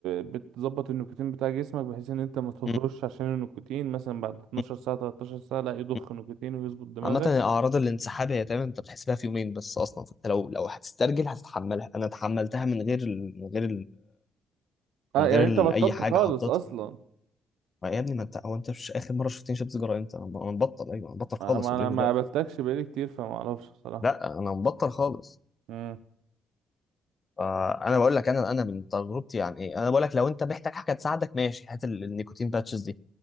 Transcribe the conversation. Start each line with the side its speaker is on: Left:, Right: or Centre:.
Right: بتظبط النيكوتين بتاع جسمك بحيث ان انت ما تهرش
Left: م-
Right: عشان النيكوتين مثلا بعد 12
Left: م-
Right: ساعه 13 ساعه لا يضخ
Left: م.
Right: نيكوتين ويظبط دماغك
Left: عامة أعراض الانسحاب هي تقريبا أنت بتحس بيها في يومين بس أصلا فأنت لو لو هتسترجل هتتحملها أنا تحملتها من غير ال... من غير
Right: اه
Left: من
Right: يعني
Left: غير ال-
Right: انت بطلت
Left: اي حاجه
Right: خالص
Left: حطيتها
Right: اصلا
Left: ما يا ابني ما انت هو انت مش اخر مره شفتني شربت سيجاره امتى انا أنا مبطل ايوه انا مبطل خالص
Right: انا ما
Left: اوريدي
Right: انا ما
Left: دلوقتي
Right: قابلتكش بقالي كتير فما اعرفش بصراحه
Left: لا انا مبطل خالص
Right: امم
Left: فانا بقول لك انا انا من تجربتي يعني ايه انا بقول لك لو انت محتاج حاجه تساعدك ماشي هات ال- النيكوتين باتشز دي